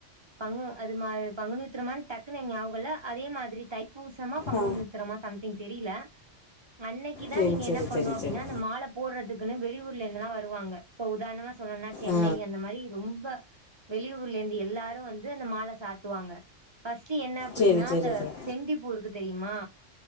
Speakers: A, on the right; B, on the left.
A: பங்கு அது மாரி பங்குனி உத்தரமானு டக்குனு எங் ஞாபகோ இல்ல அதே மாரி தைப்பூசமா பங்குனி
B: ஆ
A: உத்திரம் சம்திங் தெரில அன்னைக்கு தா
B: சரி
A: நீங்க
B: சரி
A: என்ன பண்ணோ
B: சரி
A: அப்டின்னா
B: சரி
A: அந்த மா போட்றதுக்குன்னு வெளியூர்ல இருந்துலா வருவாங்க இப்போ உதாரணமா சொல்லணுனா சென்னை
B: ஆ
A: அந்த மாரி ரொம்ப வெளியூர்லருந்து எல்லாரு வந்து அந்த மால சாத்துவாங்க ஃபர்ஸ்ட்டு என்ன அப்டின்னா
B: சரி சரி
A: அந்த
B: சரி
A: செண்டிப்பூருக்கு தெரியுமா